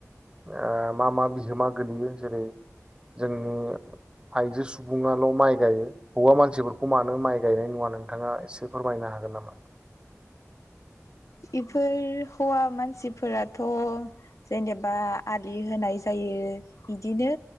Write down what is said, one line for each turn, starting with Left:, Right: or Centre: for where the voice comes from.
Right: आ मा मा बिहोमा गोलैयो जेरै जोंनि आइजो सुबुंङाल' माइ गायो हौवा मानसिफोरखौ मानो माइ गायनाय नुवा? नोंथाङा एसे फोरमायनो हागोन नामा?
Left: इफोर हौवा मानसिफोराथ' जेनेबा आलि होनाय जायो। इदिनो